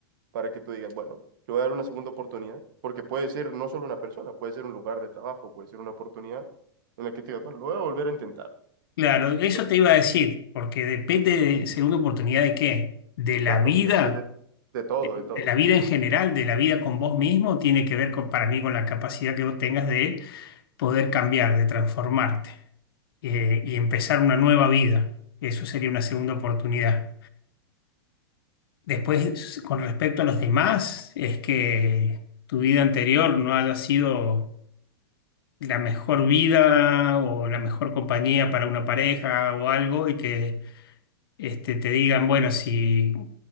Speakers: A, on the right; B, on the left.
A: para que tú digas, bueno, le voy a dar una segunda oportunidad, porque puede ser no solo una persona, puede ser un lugar de trabajo, puede ser una oportunidad en la que te digas, bueno, lo voy a volver a intentar.
B: Claro, eso
A: Pero
B: te iba a decir, porque depende de, según oportunidad de qué, de la
A: claro,
B: vida,
A: de, de, de, de todo,
B: de
A: de todo.
B: la vida en general, de la vida con vos mismo, tiene que ver con, para mí con la capacidad que vos tengas de poder cambiar, de transformarte eh, y empezar una nueva vida. Eso sería una segunda oportunidad. Después, con respecto a los demás, es que tu vida anterior no haya sido la mejor vida o la mejor compañía para una pareja o algo y que este, te digan, bueno, si,